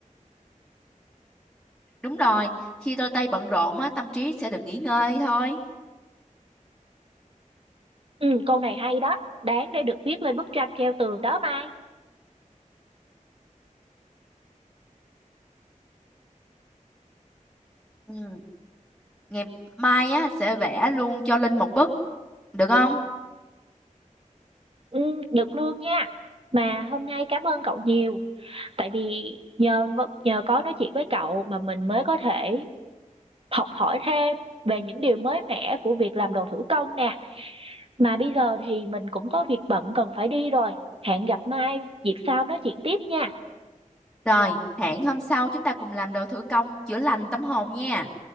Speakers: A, in the centre; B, on the right.
A: đúng rồi khi đôi tay bận rộn á tâm trí sẽ được nghỉ ngơi thôi
B: Ừ, câu này hay đó, đáng để được viết lên bức tranh treo tường đó Mai.
A: Ừ. Ngày mai á sẽ vẽ luôn cho Linh một bức, được không?
B: Ừ, được luôn nha. Mà hôm nay cảm ơn cậu nhiều, tại vì nhờ vẫn nhờ có nói chuyện với cậu mà mình mới có thể học hỏi thêm về những điều mới mẻ của việc làm đồ thủ công nè. Mà bây giờ thì mình cũng có việc bận cần phải đi rồi. Hẹn gặp mai dịp sau nói chuyện tiếp nha.
A: Rồi, hẹn hôm sau chúng ta cùng làm đồ thủ công chữa lành tâm hồn nha.